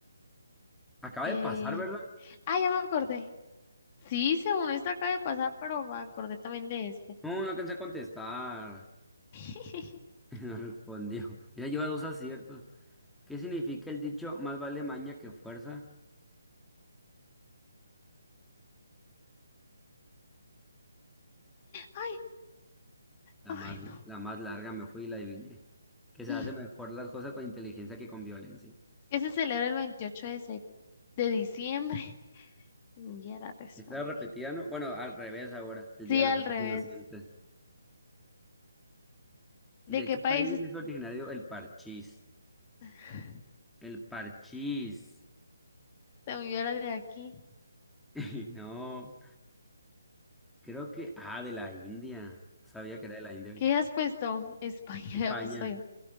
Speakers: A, in the centre; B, on the left.
A: Acaba
B: Eh...
A: de pasar, ¿verdad?
B: Ah, ya me acordé. Sí, según esto acaba de pasar, pero me acordé también de este.
A: No, no alcancé a contestar.
B: <laughs>
A: <laughs> No respondió. Mira, lleva dos aciertos. ¿Qué significa el dicho más vale maña que fuerza?
B: Ay,
A: La
B: ay,
A: más,
B: no.
A: la más larga me fui y la adiviné. Que se
B: <laughs>
A: hace mejor las cosas con inteligencia que con violencia.
B: ¿Qué se celebra el 28 de, sep- de diciembre? Ya la respondí.
A: Está repetida, ¿no? Bueno, al revés ahora, el
B: Sí,
A: Día de
B: al
A: los Santos
B: revés.
A: Inocentes. ¿De
B: ¿De qué
A: qué
B: país
A: país
B: es?
A: es originario el parchís?
B: <laughs>
A: El parchís.
B: Según yo era de aquí.
A: <laughs> No. Creo que, ah, de la India. Sabía que era de la India, oye.
B: ¿Qué has puesto? España,
A: España.
B: <laughs> pues soy yo.